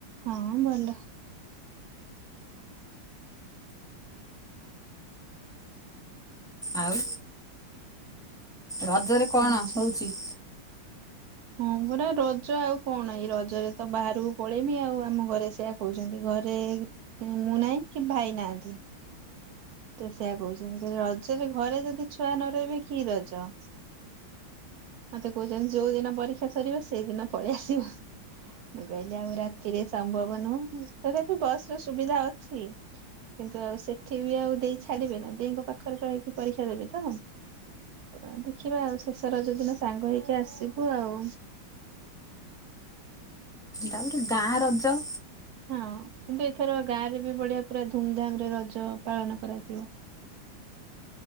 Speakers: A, on the right; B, in the centre.
A: ହଁ ଭଲ।
B: ଆଉ। ରଜରେ କଣ
A: ଆଚ୍ଛା
B: ହଉଛି?
A: ହଁ ପରା ରଜ ଆଉ କଣ ଏଇ ରଜରେ ତ ବାହାରକୁ ପଳେଇମି ଆଉ ଆମ ଘରେ ସେଆ କହୁଛନ୍ତି ଘରେ ମୁଁ ନାହିଁ କି ଭାଇ ନାହାଁନ୍ତି। ତ ସେୟଆ କହୁଛନ୍ତି ରଜରେ ଘରେ ଯଦି ଛୁଆ ନ ରହିବେ କି ରଜ। ମତେ କହୁଛନ୍ତି ଯୋଉ ଦିନ ପରୀକ୍ଷା ସରିବ ସେଇଦିନ ପଳେଇଆସିବୁ। ମୁଁ କହିଲି ଆଉ ରାତିରେ ସମ୍ଭବ ନୁହଁ ତଥାପି ବସ ର ସୁବିଧା ଅଛି। କିନ୍ତୁ ଆଉ ସେଠି ବି ଆଉ ଦେଇ ଛାଡିବେ ନା ଦେଇଙ୍କ ପାଖରେ ରହିକି ପରୀକ୍ଷା ଦେବି ତ। ତ ଦେଖିବା ଆଉ ଶେଷ ରଜ ଦିନ ସାଙ୍ଗ ହେଇକି ଆସିବୁ ଆଉ।
B: ତାପରେ ଗାଁ ରଜ।
A: ହଁ କିନ୍ତୁ ଏଥର ଗାଁ ରେ ବି ବଢିଆ ପୁରା ଧୁମଧାମ ରେ ରଜ ପାଳନ କରାଯିବ।